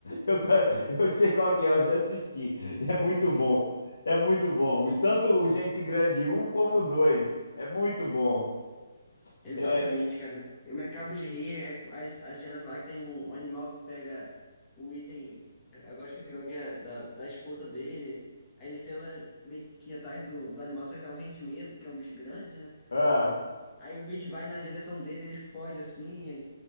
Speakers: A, on the left (about 80°); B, on the left (about 15°).
A: Eu, ta- eu sei qual que é, eu já assisti. É muito bom. É muito bom. E tanto o Gente Grande um como o dois É muito bom.
B: exatamente,
A: É,
B: cara. Eu me acabo de rir. É, as, as cenas lá que tem um, um animal que pega o item. Agora esqueci qual que é, da, da esposa dele. Aí ele tenta meio que ir atrás do, do animal, só que tá morrendo de medo, que é um bicho grande, né?
A: ah.
B: Aí o bicho vai na direção dele, ele foge assim. Aí,